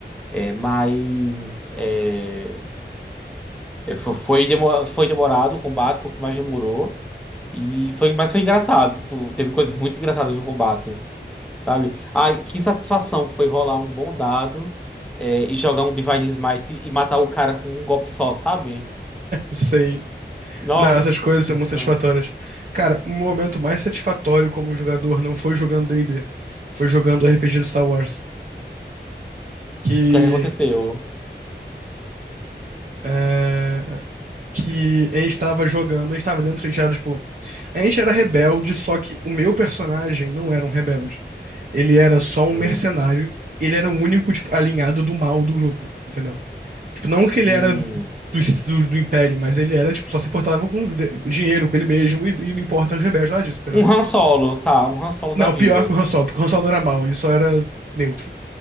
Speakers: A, in the centre; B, on the right.
A: É, mas é, é, fo- foi, demo- foi demorado o combate, foi o que mais demorou. E foi, mas foi engraçado. tipo, teve coisas muito engraçadas no combate, sabe? Ai, que satisfação foi rolar um bom dado é, e jogar um Divine Smite e matar o cara com um golpe só, sabe?
B: Sei.
A: Nossa,
B: Não, essas coisas são muito satisfatórias.
A: o
B: Cara, o meu momento mais satisfatório como jogador não foi jogando D&D, foi jogando RPG do Star Wars, que
A: que é que aconteceu?
B: é, que a gente tava jogando, a gente tava dentro, a gente era, tipo, a gente era rebelde, só que o meu personagem não era um rebelde. Ele era só um
A: Hum,
B: mercenário, ele era o único, tipo, alinhado do mal do grupo, entendeu? Tipo, não que ele
A: hum.
B: era do, do, do império, mas ele era, tipo, só se portava com de- dinheiro, com ele mesmo, e, e não importa os rebeldes, nada disso, entendeu?
A: Um Han Solo, tá, um Han Solo
B: Não,
A: da vida.
B: pior que o Han Solo, porque o Han Solo não era mal, ele só era neutro.